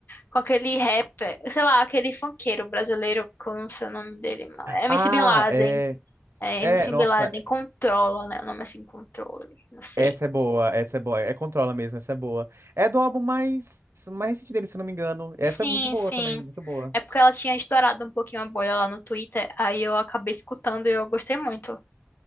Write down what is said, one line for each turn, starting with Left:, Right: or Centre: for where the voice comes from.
Left: com aquele rapper, sei lá, aquele funkeiro brasileiro, que eu não sei o nome dele, mas- MC
Right: Ah,
Left: Bin Laden.
Right: é.
Left: É,
Right: É,
Left: MC
Right: nossa.
Left: Bin Laden, Controla, né? O nome é assim, Controle, não sei.
Right: Essa é boa, essa é boa. É Controla mesmo, essa é boa. É do álbum mais, mais recente dele, se eu não me engano. Essa
Left: Sim,
Right: é muito boa
Left: sim.
Right: também, muito boa.
Left: É porque ela tinha estourado um pouquinho a bolha lá no Twitter, aí eu acabei escutando e eu gostei muito.